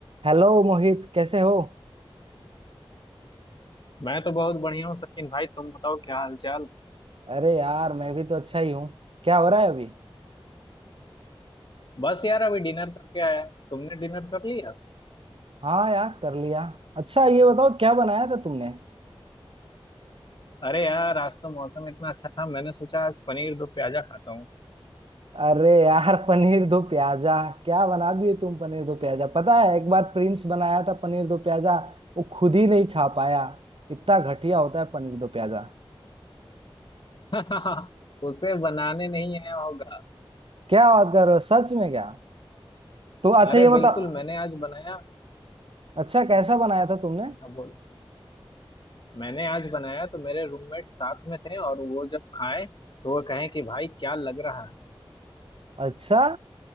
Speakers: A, on the right; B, on the left.
A: Hello Mohit कैसे हो
B: मैं तो बहुत बढ़िया हूँ सचिन भाई तुम बताओ क्या हाल चाल
A: अरे यार मैं भी तो अच्छा ही हूँ क्या हो रहा है अभी
B: बस यार अभी डिनर करके आया तुमने डिनर कर लिया
A: हाँ यार कर लिया अच्छा ये बताओ क्या बनाया था तुमने
B: अरे यार आज तो मौसम इतना अच्छा था मैंने सोचा आज पनीर दो प्याजा खाता हूँ
A: अरे यार <laughs> पनीर दो प्याजा क्या बना दिए तुम पनीर दो प्याजा पता है एक बार प्रिंस बनाया था पनीर दो प्याजा वो खुद ही नहीं खा पाया इतना घटिया होता है पनीर दो प्याजा
B: <laughs> उसे बनाने नहीं आया होगा
A: क्या बात कर रहे हो सच में क्या तो अच्छा
B: अरे
A: ये बताओ
B: बिल्कुल मैंने आज बनाया
A: अच्छा कैसा बनाया था तुमने
B: हाँ बोल मैंने आज बनाया तो मेरे रूममेट साथ में थे और वो जब खाएं तो वो कहें कि भाई क्या लग रहा है
A: अच्छा